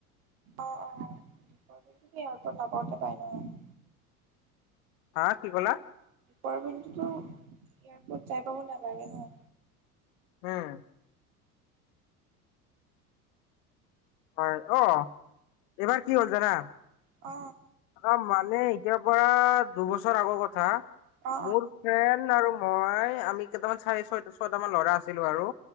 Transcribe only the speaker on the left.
হা কি ক'লা
হম হয় অ এইবাৰ কি হ'ল জানা
আ মানে এতিয়াৰ পৰা দুবছৰ আগৰ কথা
মোৰ ফেন আৰু মই আমি কেইটামান চাৰি ছয়টা ছয়ট মান ল'ৰা আছিলো আৰু